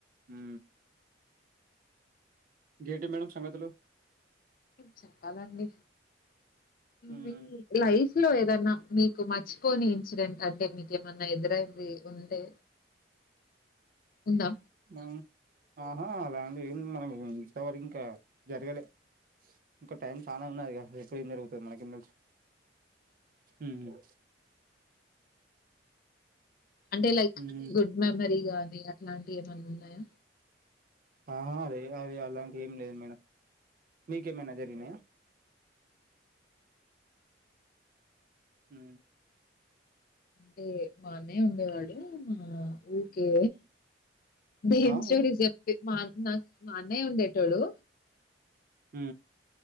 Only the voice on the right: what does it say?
ఉ గేటి మేడమ్ సంగతులు
ఉమ్
మా ఆహా అలాంటి ఏమి మనకు ఇంతవరకు ఇంకా జరగలే ఇంకా టైం చానా ఉన్నది ఎప్పుడు ఏం జరుగుతది మనకేం తెలుసు ఉ
ఉమ్
ఆ అరే అరే అలాంటి ఏం లేదు మేడం మీకు ఏమన్నా జరిగినయా ఉ
అవును
ఉ